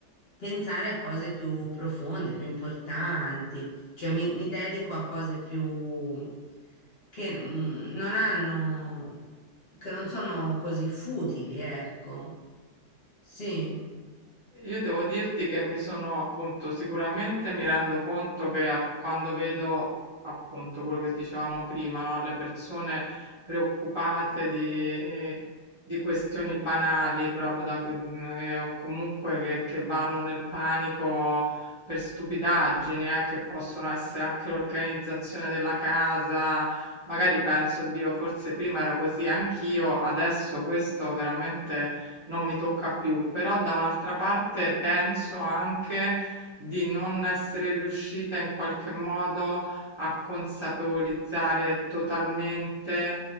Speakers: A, on the left; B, on the right.
A: pensare a cose più profonde, più importanti, cioè mi, mi dedico a cose più che mm, non hanno, che non sono così futili, ecco. Sì.
B: Io devo dirti che mi sono appunto sicuramente mi rendo conto che a- quando vedo appunto quello che dicevamo prima, no? Le persone preoccupate di, di questioni banali proprio da- eh, o comunque che, che vanno nel panico per stupidaggini, eh, che possono essere anche l'organizzazione della casa. Magari
A: Mm.
B: penso, Dio, forse prima ero così anch'io, adesso questo veramente non mi tocca più, però da un'altra parte penso anche di non essere riuscita in qualche modo a consapevolizzare totalmente